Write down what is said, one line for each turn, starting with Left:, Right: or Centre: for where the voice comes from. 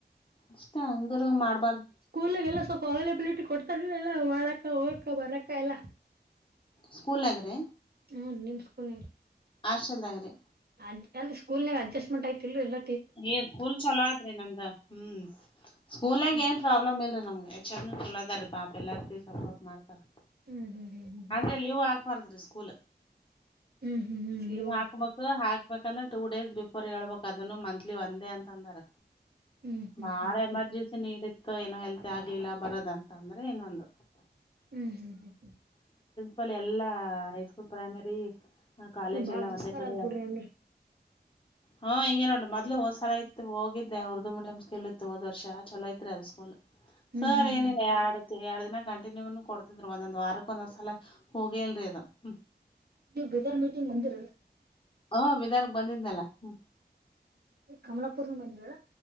Left: ಅಷ್ಟ ಅಂಗರು ಮಾಡ್
Right: ಸ್ಕೂಲ್ಗೆಲ್ಲ ಸ್ವಲ್ಪ ಅವೈಲಬಿಲಿಟಿ ಕೊಡ್ತಾರ ಎಲ್ಲ ಮಾಡಾಕ ಹೋಗಕ್ಕ ಬರಕ್ಕ ಎಲ್ಲ
Left: ಸ್ಕೂಲ್ ಆಗ್ರಿ
Right: ಹ್ಮ ನಿಮಸ್ಕನ ಹೇಳ
Left: ಆಶಲ್ದಗರೆ
Right: ಅ ಅಲ್ಲಿ ಸ್ಕೂಲ್ ನಾಗ ಅಜಸ್್ಮೆಂಟ್ ಆಯ್ತಿಲ್ ಎಲ್ಲ
Left: ಏ ಸ್ಕೂಲ್ ಚಲೋ ಆದ್ರಿ ನಮ್ದ ಹ್ಮ್ ಸ್ಕೂಲ್ಾಗ
Right: ಹ್ಮ್
Left: ಏನ್ ಪ್ರಾಬ್ಲಮ್ ಇಲ್ರಿ ನಮ್ಗ ಚ ಚಲೋದಾರಿೀ ಪಾಪ ಎಲ್ಲಾರ ಭೀ ಸಪೋರ್ಟ್ ಮಾಡ್ತಾರ
Right: ಹ್ಮ್ ಹ್ಮ್ ಹ್ಮ್ ಹ್ಮ್
Left: ಆದ್ರೆ
Right: ಹ್ಮ್
Left: ನೀವು ಆ ಬರ್ದ್ರಿ ಸ್ಕೂಲ್
Right: ಹ್ಮ್ ಹ್ಮ್ ಹ್ಮ್
Left: ನೀವ
Right: ನೀವು
Left: ಹಾಕೊಂಬ
Right: ಹಾಕ್ಬಾರ
Left: ಹಾಕ್ ಹೇಕಂದ್ರೆ ಟೂ ಡೇಸ್ ಬಿಫೋರ್ ಹೇಳ್ಬೇಕಕ್ ಅದನ್ನು ಮಂತ್ಲಿ ಒನ್ ೇ ಅಂದಾರ
Right: ಹ್ಮ್ ಹ್ಮ್
Left: ಬಾಳ
Right: ಹ್ಮ್ ಹ್ಮ್
Left: ಎಮರ್ಜೆನ್ಸಿ ನೀಡಿತ್ತು ಏನೋ ಹೆಲ್ತಿ ಆಗ್ಲಿಲ್ಲ ಬರೋದ ಅಂತ ಅಂದ್ರೆ ಇನ್ನೊಂದು
Right: ಹ್ಮ್ ಹ್ಮ್ ಹ್ಮ್ ಹ್ಮ್
Left: ಪಲ್ಲಿ ಎಲ್ಲಾ ಹೈಸ್ಕೂಲ್ ಪ್ರೈಮರಿ ಕಾಲೇಜ್
Right: ಹ್ಮ್ ಬಾಳ
Left: ಎಲ್ಲಾ
Right: ದುಸ್ತಾರ
Left: ಒಂದೇ ಕಡೆ
Right: ಆದ್ ಬಿಡ್ರಿ ಅಂದ್ರ.
Left: ಹಾ ಇಂಗ ನೋಟ ಮ ಇ ಹೋಸಲ ಇತ್ತು ಹೋಗಿದ್ದೆ ಉರ್ದು ಮೀಯಂ ಸ್ಕೂಲ್ ಇತ್ತು ಹೋದ ವರ್ಷ ಚಲೋ ಐತ್ರಿ ಅದ ಸ್ಕೂಲ್
Right: ಹ್ಮ್
Left: ಸರಿ
Right: ಹ್ಮ್ ಹ್ಮ್
Left: ಏನಿಲ್ಲ ಯಾಡು ಎರಡ್ ದಿನ ಕಂಟಿನ್ಯೂನು ಕೊಡ್ತಿದ್ ಒಂದೊಂದ್ ವಾರಕ್ ಒಂದೊಂದ್ಸಲ ಹೋಗಿಲ್ರಿ ಅದು ಹ್ಮ್
Right: ನೀ ಬಜಾರ ಮೀಟಿಂಗ್ ಬಂದಿರ
Left: ಹ ಬಿದಾರ್ಗ್ ಬಂದಿದ್ನಲ್ಲ ಹ್ಮ
Right: ಕಮಲಪುರ್ ಬಂದಾ